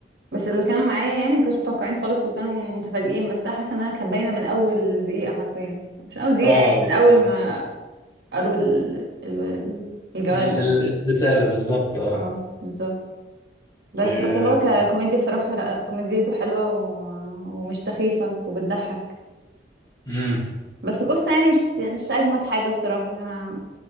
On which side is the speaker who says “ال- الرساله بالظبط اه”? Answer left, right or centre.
Left